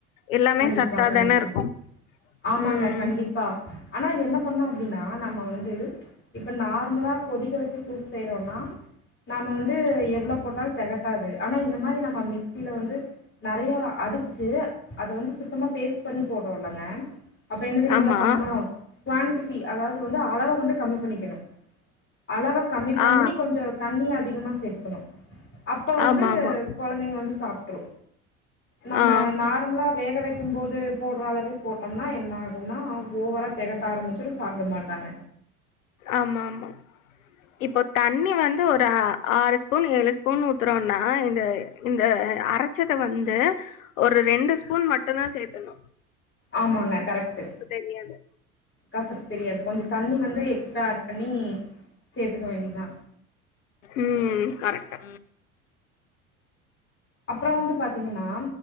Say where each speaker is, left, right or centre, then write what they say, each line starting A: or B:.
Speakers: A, on the left; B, on the left.
A: எல்லாமே
B: கண்டிப்பா
A: சத்தாதான
B: கண்டிப்பாங்
A: இருக்கு
B: ஆமாங்க
A: ம்
B: கண்டிப்பா ஆனா என்ன பண்ணு அப்டினா நம்ம வந்து இப்ப நார்மலா கொதிக்க வெ சூப் செய்றோன்னா நாம வந்து எவ்ளோ போட்டாலு தெகட்டாது ஆனா இந்த மாரி நம்ம மிக்சியில வந்து நெறையா அடிச்சு அத வந்து சுத்தமா பேஸ்ட் பண்ணி போட்றோல்லங்க அப்ப என்ன தெரியீங்ளா
A: ஆமா
B: பண்ணணு குவான்டிட்டி அதாவது வந்து அளவ வந்து கம்மி பண்ணிக்கணு அளவ கம்மி பண்ணி
A: ஆ
B: கொஞ்சொ தண்ணி அதி திகமா சேத்துக்கணு அப்ப வந்து
A: ஆமா ஆமா
B: கொழந்தைங்க வந்து சா ற்று நம்ம
A: ஆ
B: நார்மலா வேக வெ க்கும் போது போட்ற அளவே போட்டம்னா என்ன ஆகுன்னா ஓவரா தெகட்ட ஆரம்பிச்சுரு சாப்ட மாட்டாங்க
A: ஆமாம்மா இப்போ தண்ணி வந்து ஒரு அ ஆறு ஸ்பூன் ஏழு ஸ்பூன் ஊத்துறோன்னா அ இந்த இந்த அரைச்சத வந்து ஒரு ரெண்டு ஸ்பூன் ம ட்டுந்தா சேத்தனு
B: ஆம்மாங்க கரெக்ட்டு
A: தெரியாது
B: கசப்பு தெரியாது கொஞ்ச தண்ணி வந்து எக்ஸ்ட்ரா ஏட் பண்ணி சேத்துக்க வேண்டிதா
A: ம் கரெக்டா
B: அப்றோ வந்து பாத்தீங்கன்னா